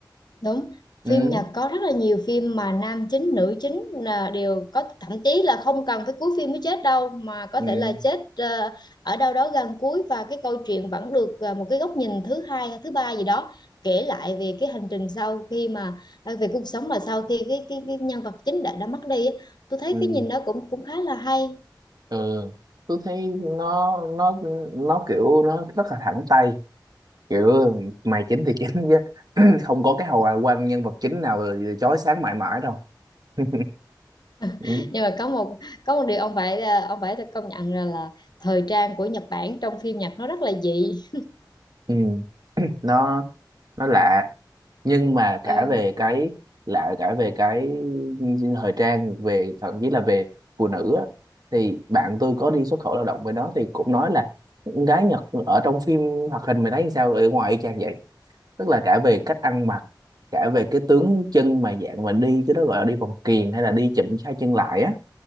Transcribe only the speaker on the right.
ừ
ừ
ừ
ừ tôi thấy nó nó nó kiểu nó rất là thẳng tay kiểu mày chính thì chính chứ <clears throat> không có cái hồi quan nhân vật chính nào chói sáng mãi mãi đâu <laughs>
ừ.
Ừ. nó nó lạ nhưng mà cả
về cái lạ cả về cái thời trang về thậm chí là về phụ nữ á, thì bạn tôi có đi xuất khẩu lao động với nó thì cũng nói là con gái Nhật ở trong phim hoạt hình mày thấy sao ở ngoài y chang vậy tức là cả về cách ăn mặc cả về cái tướng chân mà dạng mà đi cái đó gọi là đi vòng kiềng hay là đi chụm hai chân lại á